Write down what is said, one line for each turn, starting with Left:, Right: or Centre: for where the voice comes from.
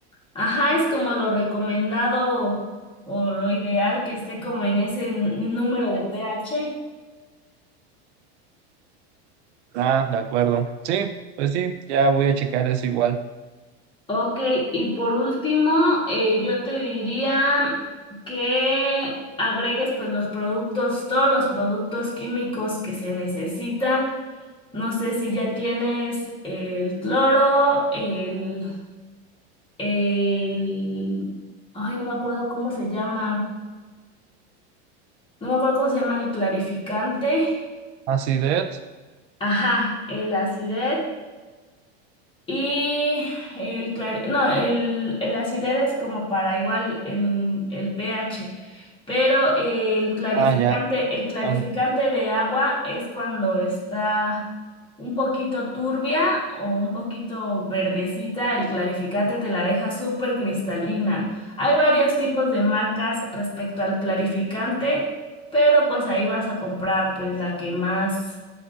Left: Ajá, es como lo recomendado o lo ideal que esté como en ese n- número de pH.
Right: Ah, de acuerdo. Sí, pues sí, ya voy a checar eso igual.
Left: Ok, y por último, eh, yo te diría que agregues pues los productos, todos los productos químicos que se necesitan No sé si ya tienes el cloro, el, el, ay, no me acuerdo cómo se llama, no me acuerdo cómo se llama el clarificante,
Right: Acidez.
Left: ajá, el aciret Y el clar... no, el, el acidez es como para igual en el pH, pero el clarificante,
Right: Ah, ya.
Left: el clarificante
Right: Ah,
Left: de agua es cuando está un poquito turbia o un poquito verdecita, el clarificante te la deja súper cristalina. Hay varios tipos de marcas respecto al clarificante, pero pues ahí vas a comprar pues la que más,